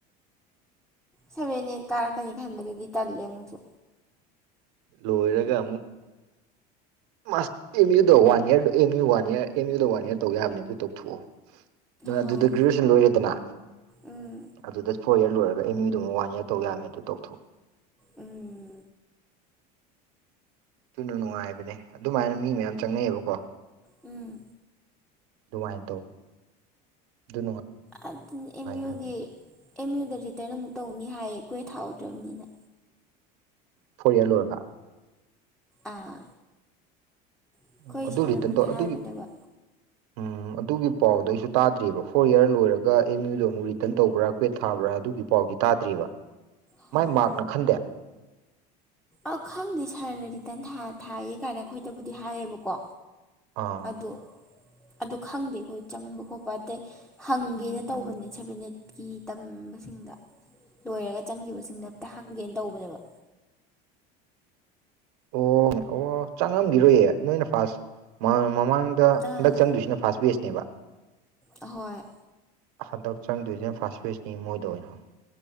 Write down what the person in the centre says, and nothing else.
ꯁꯚꯦꯟ ꯑꯩꯠ ꯀꯥꯔꯛꯀꯅꯤ ꯈꯟꯕꯗꯗꯤ ꯇꯜꯂꯦ ꯑꯃꯨꯛꯁꯨ
ꯍꯣꯏ
ꯎꯝ
ꯎꯝ
ꯎꯝ
ꯑꯗꯨꯅ ꯑꯦꯝ ꯌꯨꯒꯤ
ꯑꯦꯝ ꯌꯨꯗ ꯔꯤꯇꯔꯟ ꯑꯃꯨꯛ ꯇꯧꯅꯤ ꯍꯥꯏ ꯀꯣꯏ ꯊꯥꯎꯍꯗ꯭ꯔꯕꯅꯤꯅ
ꯑꯥ ꯑꯩꯈꯣꯏ
ꯁꯥꯔ
ꯑꯃꯅ
ꯍꯥꯏꯕꯅꯦꯕ
ꯍꯣꯏ
ꯑ ꯈꯪꯗꯦ ꯁꯥꯔꯅ ꯔꯤꯇꯟ ꯊꯥꯏꯌꯦ ꯀꯥꯏꯅ ꯑꯩꯈꯣꯏꯗꯕꯨꯗꯤ ꯍꯥꯏꯌꯦꯕꯀꯣ
ꯑꯗꯣ ꯑꯗꯨ ꯈꯪꯗꯦ ꯑꯩꯈꯣꯏ ꯆꯪꯕ ꯈꯣꯠꯄ ꯑꯇꯩ ꯍꯪꯒꯦꯅ ꯇꯧꯕꯅꯦ ꯁꯦꯚꯦꯟꯠꯀꯤ ꯇꯝꯕꯁꯤꯡꯗ ꯂꯣꯏꯔꯒ ꯆꯪꯈꯤꯕꯁꯤꯡꯗ ꯍꯦꯛꯇ ꯍꯪꯒꯦꯅ ꯇꯧꯕꯅꯦꯕ
ꯑꯥ
ꯍꯣꯏ